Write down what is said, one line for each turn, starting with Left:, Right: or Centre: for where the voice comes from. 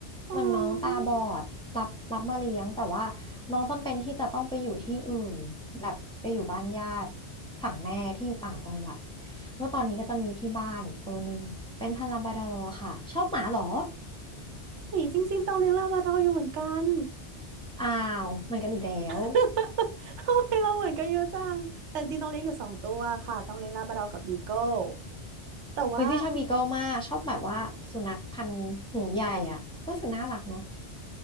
Right: อ๋อ
Centre: มันน้องตาบอดรับรับมาเลี้ยงแต่ว่าน้องจำเป็นที่จะต้องไปอยู่ที่อื่นแบบไปอยู่บ้านญาติฝั่งแม่ที่อยู่ต่างจังหวัดก็ตอนนี้ก็จะมีที่บ้านตัวหนึ่งเป็นพันธุ์ลาบราดอร์ค่ะชอบหมาเหรอ
Right: จริงๆตองเลี้ยงลาบราดอร์อยู่เหมือนกัน
Centre: อ้าวเหมือนกันอีกแล้ว
Right: <laughs> ทำไมเราเหมือนกันเยอะจังแต่จริงๆต้องเลี้ยงอยู่สองตัวค่ะต้องเลี้ยงลาบราดอร์กับบีเกิลแต่ว่า
Centre: อุ้ยพี่ชอบบีเกิลมากชอบแบบว่าสุนัขพันธุ์หูใหญ่อ่ะรู้สึกน่ารักเนาะ